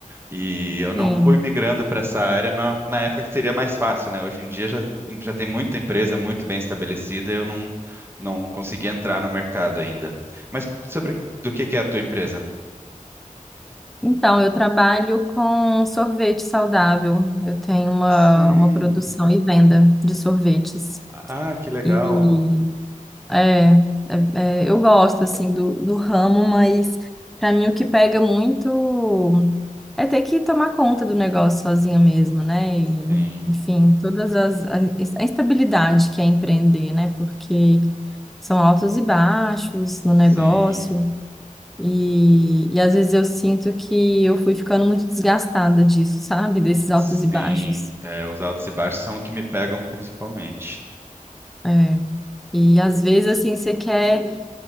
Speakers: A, on the right (about 15°); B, in the centre.
A: E eu não
B: Sim.
A: fui migrando para essa área na, na época que seria mais fácil, né? Hoje em dia já, já tem muita empresa muito bem estabelecida, e eu não, não consegui entrar no mercado ainda. Mas sobre do que que é a tua empresa?
B: Então, eu trabalho com sorvete saudável. Eu tenho uma,
A: Sim.
B: uma produção e venda de sorvetes.
A: Ah, que legal.
B: e É, é- é, eu gosto assim do, do ramo, mas para mim o que pega muito é ter que tomar conta do negócio sozinha mesmo, né? E,
A: Sim.
B: enfim, todas as a, a instabilidade que é empreender, né? Porque são altos e baixos no
A: Sim,
B: negócio e, e às vezes eu sinto que eu fui ficando muito desgastada disso, sabe? Desses altos
A: sim.
B: e baixos.
A: É, os altos e baixos são o que me pegam principalmente.
B: É. E às vezes assim você quer